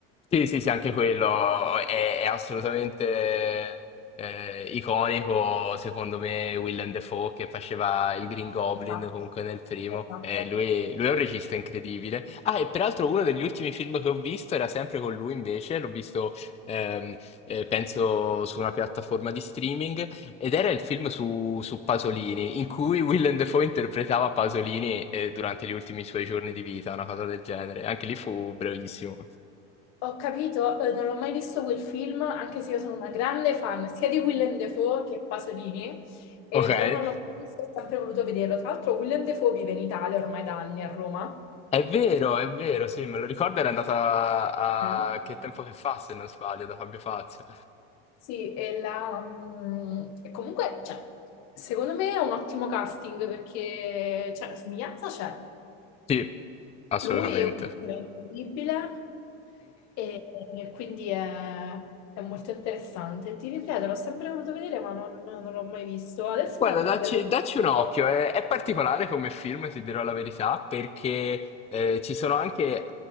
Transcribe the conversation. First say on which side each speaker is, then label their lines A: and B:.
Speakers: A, on the left (about 20°); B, on the left (about 60°).
A: Sì, sì, sì, anche quello è, è assolutamente eh, iconico, secondo me, Willem Dafoe che faceva il Green Goblin
B: Esatto,
A: comunque nel primo.
B: esatto.
A: Eh, lui, lui è un regista incredibile. Ah, e peraltro uno degli ultimi film che ho visto era sempre con lui invece, l'ho visto, ehm, eh, penso, su una piattaforma di streaming, ed era il film su, su Pasolini, in cui Willem Dafoe interpretava Pasolini eh, durante gli ultimi suoi giorni di vita, una cosa del genere. Anche lì fu brevissimo.
B: Ho capito, eh, non ho mai visto quel film, anche se io sono una grande fan sia di Willem Dafoe che Pasolini, eh,
A: Ok.
B: però non l'ho mai visto, ho sempre voluto vederlo. Tra l'altro Willem Dafoe vive in Italia ormai da anni a Roma.
A: È vero, è vero, sì, me lo ricordo, era andata a...
B: Mm.
A: a Che tempo che fa, se non sbaglio, da Fabio Fazio.
B: Sì, e la, mm, e comunque, cioè, secondo me è un ottimo casting perché, cioè, la somiglianza c'è.
A: Sì, assolutamente.
B: Lui è un attore incredibile, E, e quindi è, è molto interessante. Ti ripeto, l'ho sempre voluto vedere, ma non, non l'ho mai visto. Adesso
A: Guarda,
B: mi ha dato
A: dacci,
B: un bello
A: dacci
B: spunto.
A: un occhio, è, è particolare come film, ti dirò la verità, perché eh, ci sono anche eh,